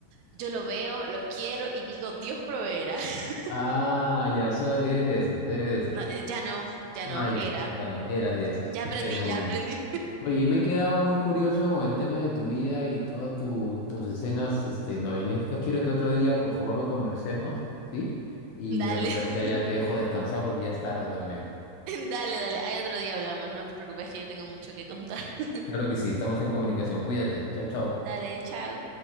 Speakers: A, on the right; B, on the left.
A: yo lo veo, lo quiero y digo, Dios proveerá. <laughs>
B: Ah, ya, so- eres de esas, eres de esas.
A: No, eh, ya no, ya
B: Ah,
A: no,
B: ya,
A: era.
B: ya no, eras de esas.
A: Ya
B: Bueno,
A: aprendí, ya
B: bueno.
A: aprendí.
B: Oye, y me he quedado muy curioso con el tema de tu vida y todas tu- tus escenas este, novelescas. Quiero que otro día, por favor, lo conversemos, ¿sí? Y
A: <laughs> Dale,
B: bueno, yo ahorita ya
A: <laughs>
B: te dejo descansar porque ya es tarde también.
A: dale, dale. Hay otro día hablamos, no te preocupes que yo tengo mucho que contar. <laughs>
B: Claro que sí, estamos en comunicación. Cuídate. Chau, chau.
A: Dale, chao.